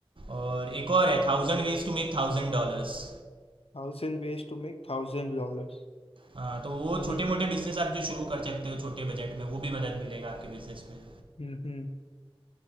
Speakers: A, on the right; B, on the left.
A: और एक और है thousand ways to make thousand dollars
B: Thousand ways to make thousand dollars
A: हाँ तो वो
B: Hmm
A: छोटे मोटे बिजनेस आप जो शुरू कर सकते हो छोटे बजट में वो भी मदद मिलेगा आपके बिजनेस में
B: Hmm हूँ